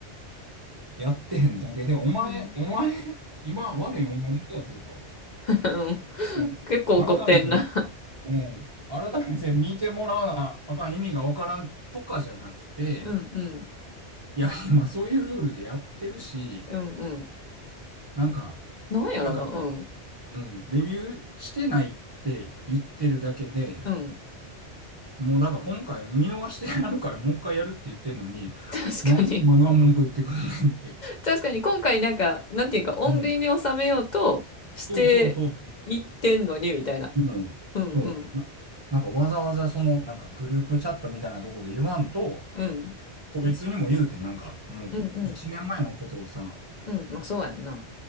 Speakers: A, on the right; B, on the left.
A: やってへんだけで、お前、
B: うん
A: お前、今悪いお前だけやぞと。
B: うん
A: もう、
B: 結構怒ってんな
A: 改めて、もう、改めて見てもらわなあかん意味がわからんとかじゃなくて、
B: うんうん
A: いや、今そういうルールでやってるし、
B: うんうん
A: なんか、
B: なんやろなうん
A: だから、うん、レビューしてないって言ってるだけで、
B: うん
A: もうだから今回見逃してやるからもう一回やるって言ってるのに、
B: 確かに
A: なんでお前が文句言ってくんねんって。
B: 確かに今回なんかなんていうか穏便に収めようとしていってんのにみたいな
A: うん。そうそうそう。うん。
B: うんうん
A: そう。な、なんかわざわざその、なんかグループチャットみたいなとこで言わんと、
B: うん
A: 個別にも言うて、なんかもう一年前のことをさ、
B: うんうんうんまあそうやんな